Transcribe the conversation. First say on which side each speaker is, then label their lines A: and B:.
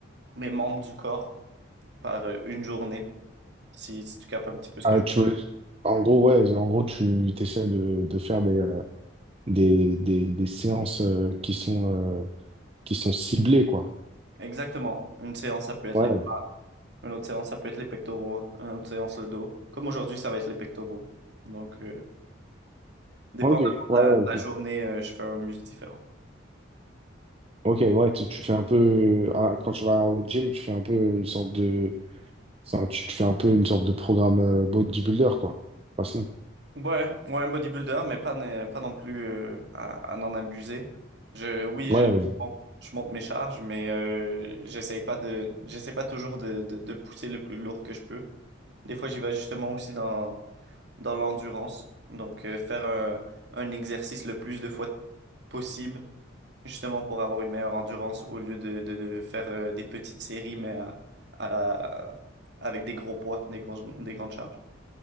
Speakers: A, on the right; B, on the right.
A: mes membres du corps par euh, une journée. Si, si tu capes un petit peu ce
B: Ah,
A: que je...
B: tu veux- En gros, ouais, en gros, tu essaies de, de faire des, euh, des, des, des séances euh, qui sont, euh, qui sont ciblées, quoi.
A: Exactement. Une séance, ça peut être
B: Ouais.
A: les... Une autre séance, ça peut être les pectoraux. Une autre séance, le dos. Comme aujourd'hui, ça va être les pectoraux. Donc, euh, dépendamment
B: Ok, ouais,
A: de la,
B: ouais,
A: de
B: ok.
A: la journée, euh, je fais un muscle différent.
B: Ok, ouais, tu, tu fais un peu. euh, à la- Quand tu vas au gym, tu fais un peu une sorte de. enfin, tu, tu fais un peu une sorte de programme euh, bodybuilder, quoi. De toute façon.
A: Ouais, ouais, un bodybuilder, mais pas, ne- pas non plus euh, à, à n'en abuser. Je, oui,
B: Ouais,
A: je, bon, je monte mes charges, mais euh, j'essaye pas de, j'essaie pas toujours de, de, de pousser le plus lourd que je peux. Des fois, j'y vais justement aussi dans, dans l'endurance. Donc, euh, faire un, un exercice le plus de fois possible, justement pour avoir une meilleure endurance, au lieu de, de- de faire euh, des petites séries, mais à- à- avec des gros poids, des grosses- des grandes charges.